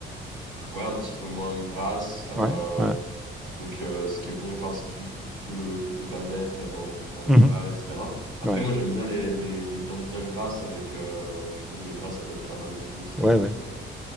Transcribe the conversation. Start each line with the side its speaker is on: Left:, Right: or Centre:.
Right: euh, ouais, un petit peu moins grasses. euh,
Centre: Ouais. Ouais.
Right: donc, euh, ce qui est bon, enfin, c'est plus plutôt le côté bavette euh, dans, dans le
Centre: Mhm.
Right: cheval, etc. Après,
Centre: Ouais.
Right: moi, j'aime bien les, les, les viandes bien grasses avec. euh, je trouve que le gras, ça donne pas mal de goût, etc.
Centre: Ouais,
Right: Donc,
Centre: ouais.
Right: euh,